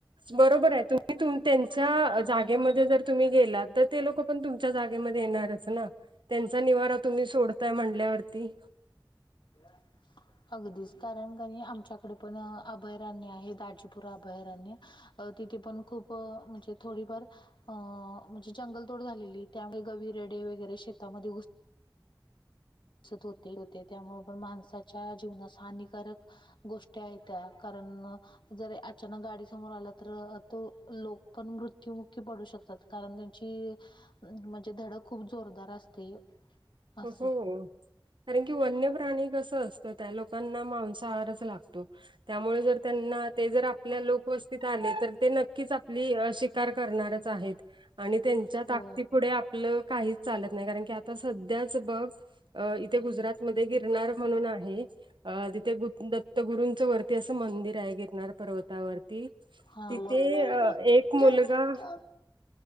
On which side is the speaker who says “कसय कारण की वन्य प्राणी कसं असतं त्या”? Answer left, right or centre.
Right